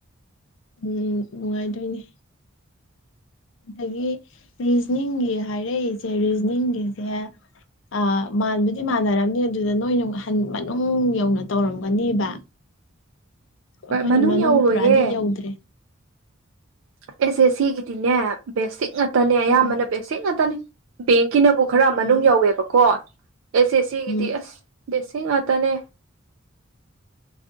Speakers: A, on the left; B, on the right.
A: ꯎꯝ ꯅꯨꯡꯉꯥꯏꯗꯣꯏꯅꯦ ꯑꯗꯒꯤ ꯔꯤꯖꯅꯤꯡꯒꯤ ꯍꯥꯏꯔꯛꯏꯁꯦ ꯔꯤꯖꯅꯤꯡꯒꯤꯁꯦ ꯑꯥ ꯃꯥꯟꯕꯗꯤ ꯃꯥꯟꯅꯔꯝꯅꯤ ꯑꯗꯨꯗ ꯅꯣꯏꯅ ꯍꯟ ꯃꯅꯨꯡ ꯌꯧꯅ ꯇꯧꯔꯝꯒꯅꯤꯕ ꯑꯩꯈꯣꯏꯅ
B: ꯃꯅꯨꯡ ꯌꯧꯔꯣꯏꯌꯦ
A: ꯄꯨꯔꯥꯗꯤ ꯌꯧꯗ꯭ꯔꯦ
B: ꯑꯦꯁꯦ ꯑꯦꯁ ꯁꯤ ꯒꯤꯗꯤꯅꯦ ꯕꯦꯁꯤꯛ ꯉꯥꯛꯇꯅꯦ ꯑꯌꯥꯝꯕꯅ
A: ꯎꯝ
B: ꯕꯦꯁꯤꯛ ꯉꯥꯛꯇꯅꯦ ꯕꯦꯡ ꯀꯤꯅꯕꯨ ꯈꯔ ꯃꯅꯨꯡ
A: ꯎꯝ
B: ꯌꯧꯋꯦꯕꯀꯣ ꯑꯦꯁ ꯑꯦꯁ ꯁꯤ ꯒꯤꯗꯤ
A: ꯎꯝ
B: ꯑꯁ ꯕꯦꯠꯁꯤꯛ ꯉꯥꯛꯇꯅꯦ